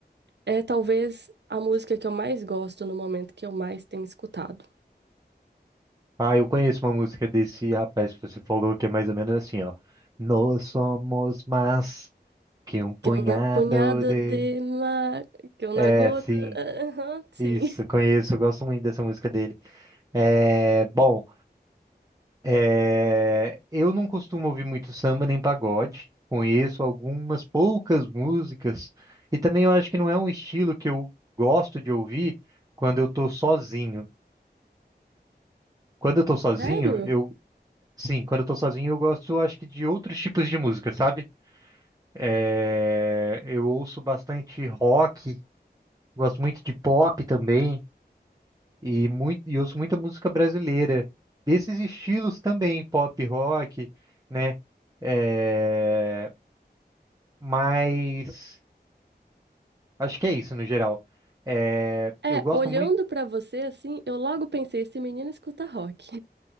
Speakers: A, on the right; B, on the right.
A: É talvez a música que eu mais gosto no momento que eu mais tenho escutado.
B: Ah, eu conheço uma música desse rapaz que você falou que é mais ou menos assim, ó. Nós somos mais que um punhado
A: Que eu na punhada
B: de...
A: de mar, que eu na
B: É,
A: gota.
B: sim.
A: Aham, sim.
B: Isso,
A: <laughs>
B: conheço, eu gosto muito dessa música dele. É, bom, É, eu não costumo ouvir muito samba nem pagode. Conheço algumas poucas músicas e também eu acho que não é um estilo que eu gosto de ouvir quando eu tô sozinho. Quando eu tô sozinho,
A: Sério?
B: eu sim, quando eu tô sozinho eu gosto, eu acho que de outros tipos de música, sabe? É, eu ouço bastante rock, gosto muito de pop também e muito e ouço muita música brasileira. Desses estilos também, pop, rock, né? É, Mas acho que é isso no geral. É,
A: É,
B: eu gosto
A: olhando
B: muito.
A: para você assim, eu logo pensei, esse menino escuta rock.